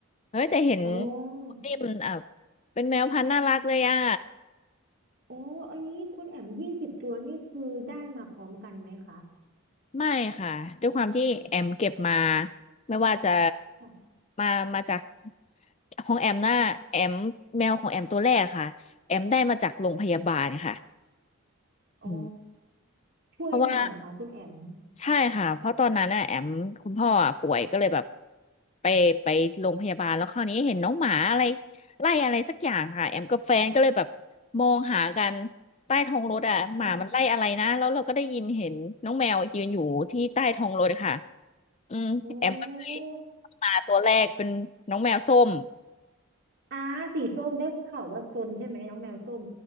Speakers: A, on the left (about 30°); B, on the right (about 55°).
A: เฮ้ยแต่เห็น
B: อ๋อ
A: นี่มันอ่ะเป็นแมวพันธุ์น่ารักเลยอ่ะ
B: อ๋ออันนี้คุณแอมยี่สิบตัวนี่คือได้มาพร้อมกันไหมคะ
A: ไม่ค่ะด้วยความที่แอมเก็บมาไม่ว่าจะ
B: ค่ะ
A: มามาจากของแอมน่ะแอมแมวของแอมตัวแรกค่ะแอมได้มาจากโรงพยาบาลค่ะ
B: อ๋อ
A: อืม
B: ช่วยมาเหรอคะคุณแอม
A: เพราะว่า ใช่ค่ะเพราะตอนนั้นน่ะแอมคุณพ่ออ่ะป่วยก็เลยแบบไปไปโรงพยาบาลแล้วคราวนี้เห็นน้องหมาอะไรไล่อะไรสักอย่างค่ะแอมกับแฟนก็เลยแบบมองหากันใต้ท้องรถอ่ะหมามันไล่อะไรนะแล้วเราก็ได้ยินเห็นน้องแมวยืนอยู่ที่ใต้ท้องรถค่ะ
B: ค่ะ
A: อืมแอมก็เลย
B: โอ้
A: มาตัวแรกเป็นน้องแมวส้ม
B: อาสีส้มได้ข่าวว่าซนใช่ไหมน้องแมวส้ม